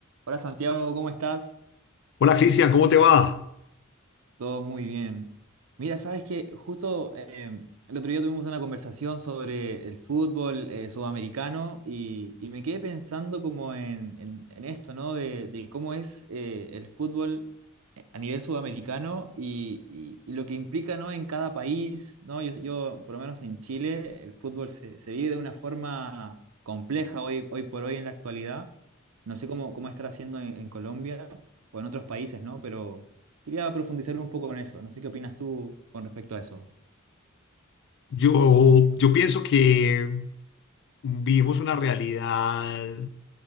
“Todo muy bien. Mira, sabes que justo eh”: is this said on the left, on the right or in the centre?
Right